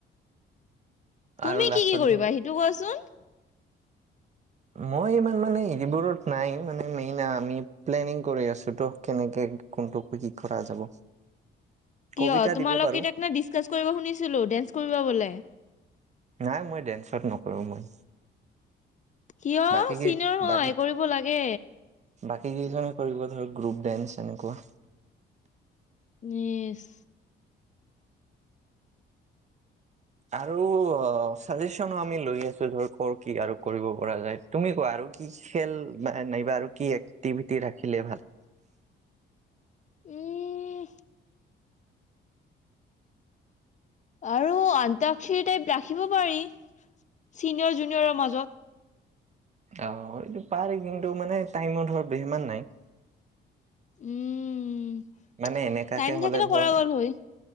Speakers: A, on the left; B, on the right.
A: তুমি
B: আৰু লাষ্টত
A: কি, কি কৰিবা
B: ধৰ
A: সেইটো কোৱাচোন?
B: মই ইমান মানে এৰিবোৰত নাই, মানে মেইন আমি প্লেনিং কৰি আছোঁ ত' কেনেকে, কোনটো, কি, কি কৰা যাব।
A: কিয়?
B: কবিতা
A: তোমালোকে
B: দিব পাৰো
A: <unintelligible> নে ডিচকাচ কৰিব শুনিছিলোঁ ডেন্স কৰিব বোলে।
B: নাই, মই ডেন্সত নকৰোঁ মই।
A: কিয়?
B: বাকী
A: চিনিয়ৰ হয়,
B: বাকী
A: কৰিব লাগে।
B: বাকী কেইজনে কৰিলে ধৰক গ্ৰুপ ডেন্স এনেকুৱা
A: ইচ
B: আৰু চাজেচনো আমি লৈ আছো ধৰ ক'ৰ কি আৰু কৰিব পৰা যায়, তুমি কোৱা আৰু কি খেল নাইবা আৰু কি এক্টিভিটি ৰাখিলে ভাল।
A: উম আৰু আন্তক্ষৰী টাইপ ৰাখিব পাৰি, চিনিয়ৰ জুনিয়ৰৰ মাজত
B: অ', এইটো পাৰি, কিন্তু মানে টাইমৰ ধৰ বেমান নাই।
A: উম
B: মানে এনেকাকে
A: টাইম
B: হ'লে
A: থাকিলে
B: ধৰ
A: কৰা গ'ল হয়